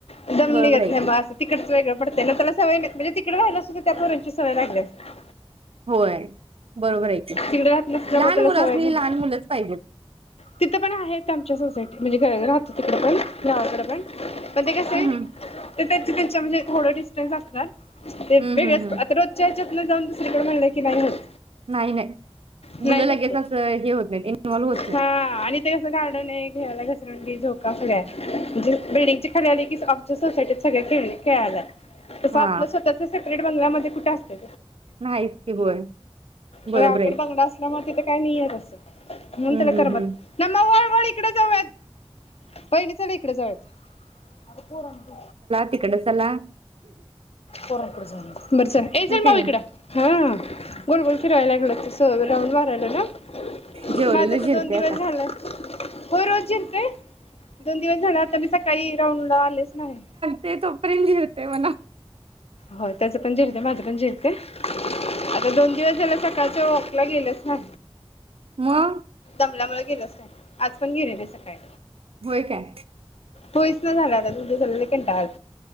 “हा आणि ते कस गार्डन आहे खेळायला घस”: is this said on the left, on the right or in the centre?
Left